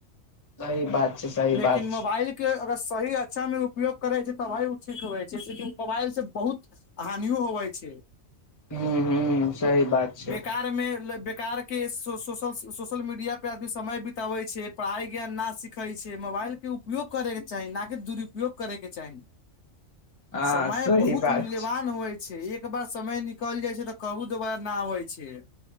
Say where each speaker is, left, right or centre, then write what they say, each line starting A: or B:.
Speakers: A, on the left; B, on the left.
A: सही बात छै सही
B: लेकिन
A: बात
B: मोबाइल
A: छै
B: के अगर सही अच्छा मे उपयोग करै छै त तबे ओ ठीक होे छै सेेकि मोबाइल से बहुत हानियो होवे छै
A: ह ह सही बात छै
B: बेकारमे बेकारके शो सोशल सोशल मीडिया पे आदमी समय बितबे छै पढ़ाइ ज्ञान ना सिखे छै मोबाइल के उपयोग करे छै के चाही न कि दुरुपयोग करैके चाही
A: हँ
B: समय
A: सही
B: बहुत
A: बात
B: मूल्यवान
A: छै
B: होइ एक बार समय निकल जाइ छै तऽ कहू दोबारा न होइ छै